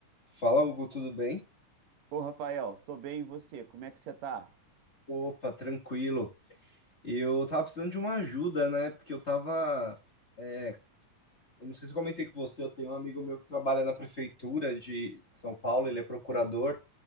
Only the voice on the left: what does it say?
Fala, Hugo, tudo bem?
Opa, tranquilo. Eu tava precisando de uma ajuda, né? Porque eu tava. é, eu não sei se eu comentei com você, eu tenho um amigo meu que trabalha na prefeitura de São Paulo, ele é procurador